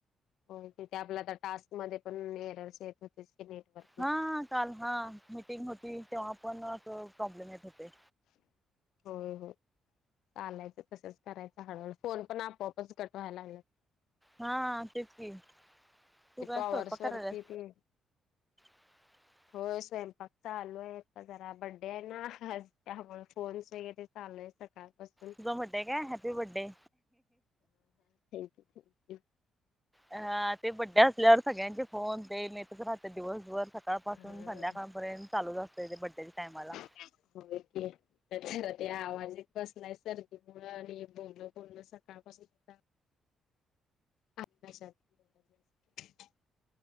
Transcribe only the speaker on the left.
हो तिथे आपला आता टास्क मध्ये पण एरर येत होतेच की नेटवर
होय होय चालायचं तसंच करायचं हळूहळू फोन पण आपोआपच कट व्हायला लागल्यात
ते
टॉवर्स
वरती
ते
होय स्वयंपाक चालू आहे जरा बड्डे आहे ना आज त्यामुळे पोरी सगळ्या चाललंय सकाळपासन
ओके थँक्यू
हा.
होेय की त्याच्या ते आवाज एक बसलाय सर्दीमुळ आणि बोललं बोलण सकाळपासून अभ्यासात <unintelligible>